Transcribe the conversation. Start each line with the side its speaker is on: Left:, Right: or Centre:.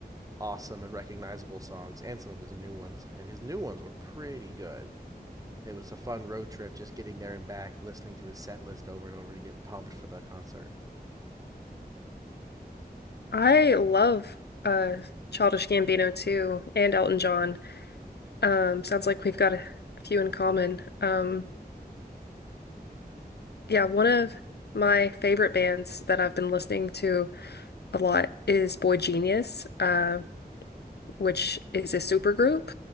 Right: awesome and recognizable songs and some of his new ones, and his new ones were pretty good. It was a fun road trip just getting there and back, listening to his set list over and over to get pumped for the concert.
Left: I love uh Childish Gambino too, and Elton John. Um, sounds like we've got a few in common. Um, yeah, one of my favorite bands that I've been listening to a lot is Boy Genius, uh, which is a supergroup